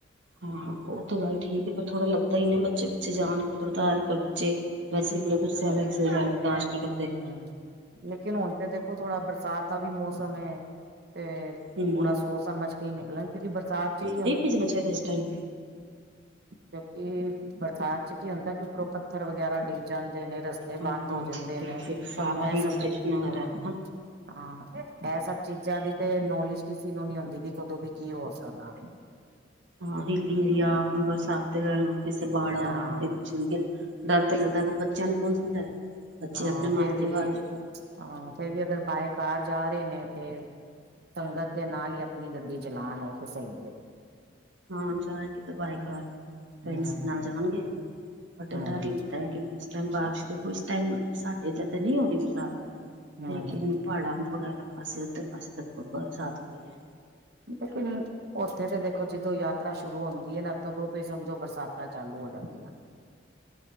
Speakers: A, on the right (about 75°); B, on the right (about 60°).
A: ਹਾਂ ਹਾਂ ਉਹ ਤਾਂ ਗੱਲ ਠੀਕ ਹੈ, ਪਰ ਥੋੜਾ ਲੱਗਦਾ ਹੀ ਨਾ ਬੱਚੇ ਬੱਚੇ ਜਾਣ, ਕਿਧ ਤਾਂ ਅਜ ਕੱਲ੍ਹ ਬੱਚੇ ਵੈਸੇ ਮਤਲਬ ਗੁੱਸੇ ਵਾਲੇ, ਕਿਸੇ ਗਲ ਬਰਦਾਸ਼ਤ ਨਹੀਂ ਕਰਦੇ।
B: ਹਮ। ਲੇਕਿਨ ਹੁਣ ਤੇ ਦੇਖੋ, ਥੋੜਾ ਬਰਸਾਤ ਦਾ ਵੀ ਮੌਸਮ ਹੈ ਤੇ
A: ਹਮ
B: ਥੋੜਾ ਸੋਚ ਸਮਝ ਕੇ ਨਿਕਲਣ, ਕਿੳ ਕਿ ਬਰਸਾਤ 'ਚ ਕੀ
A: ਨਹੀਂ ਭੇਜਣਾ ਚਾਹੀਦਾ ਇਸ ਟਾਈਮ
B: ਕਿਉਂਕਿ ਬਰਸਾਤ 'ਚ ਕੀ ਹੁੰਦਾ, ਕਿ ਉੱਪਰੋਂ ਪੱਥਰ ਵਗੈਰਾ ਡਿੱਗਦਾ ਜਾਂਦੇ ਨੇ, ਰਸਤੇ
A: ਹਾਂ
B: ਬੰਦ
A: ਹਾਂ
B: ਹੋ ਜਾਂਦੇ
A: ਤੇ
B: ਨੇ,
A: ਸਾਰਾ
B: ਇਹ
A: ਹਿਲ
B: ਸਭ
A: ਸਟੇਸ਼ਨ
B: ਦਿੱਕਤਾਂ
A: ਵਗੈਰਾ ਹੈ ਨਾ
B: ਹਾਂ, ਇਹ ਸਭ ਚੀਜ਼ਾਂ ਦੀ ਤੇ ਨੋਲੇਜ ਕਿਸੇ ਨੂੰ ਨਹੀਂ ਆਉਂਦੀ ਵੀ, ਕਦੋਂ ਵੀ ਕੀ ਹੋ ਸਕਦਾ ਵੇ।
A: ਹਾਂ ਹਿੱਲੀ ਏਰੀਆ, ਬਰਸਾਤ ਕਿਸੇ ਬਾੜ ਆ
B: ਹਾਂ
A: ਰਹੀ, ਕਿਤੇ ਕੁਛ ਡਰ ਤੇ ਲੱਗਦਾ, ਪਰ ਬੱਚਿਆਂ ਨੂੰ ਕੌਣ ਸਮਝਾਏ। ਬੱਚੇ
B: ਹਾਂ
A: ਆਪਣੇ ਮਾਰਤੀ
B: ਫੇਰ ਵੀ
A: ਬਹਾਦਰੀ
B: ਹਾਂ, ਫੇਰ ਵੀ ਅਗਰ ਬਾਏ ਕਾਰ ਜਾ ਰਹੇ ਨੇ ਤੇ ਸੰਗਤ ਦੇ ਨਾਲ ਹੀ ਆਪਣੀ ਗੱਡੀ ਚਲਾਉਣ, ਉਥੇ ਸਹੀ ਹੈ।
A: ਹਾਂ, ਜਾਏਗਾ ਤਾਂ ਬਾਏ ਕਾਰ ਫਰੈਂਡਸ
B: ਹਮ
A: ਨਾਲ ਜਾਣਗੇ, ਬਟ ਡਰ
B: ਹਮ
A: ਲੱਗਦਾ ਹੈ ਕਿਉਕਿ ਬਾਰਿਸ਼ ਦੇ ਕੁਛ ਟਾਈਮ, ਸਾਡੇ ਇੱਧਰ ਤੇ ਨਹੀਂ ਹੋ ਰਹੀ ਬਰਸਾਤ। ਲੇਕਿਨ
B: ਹਮ ਹਮ
A: ਪਹਾੜਾਂ ਵਗੈਰਾ ਪਾਸੇ ਉੱਧਰ ਪਾਸੇ ਤਾਂ ਬਰਸਾਤ ਹੋ ਰਹੀ ਹੈ।
B: ਲੇਕਿਨ ਉੱਥੇ ਤੇ ਦੇਖੋ, ਜਦੋਂ ਯਾਤਰਾ ਸ਼ੁਰੂ ਹੁੰਦੀ ਹੈ ਨਾ ਤਦੋਂ ਤੁਸੀ ਸਮਝੋ ਬਰਸਾਤਾਂ ਚਾਲੂ ਹੋ ਜਾਂਦੀਆਂ।